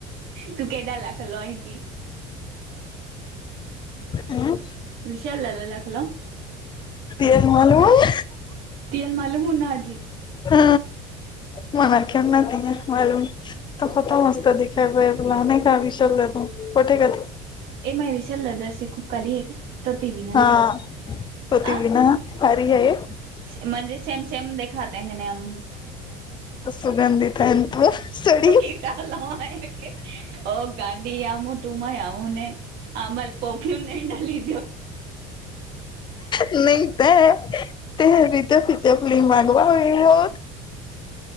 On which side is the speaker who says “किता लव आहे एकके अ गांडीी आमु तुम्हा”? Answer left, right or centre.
Right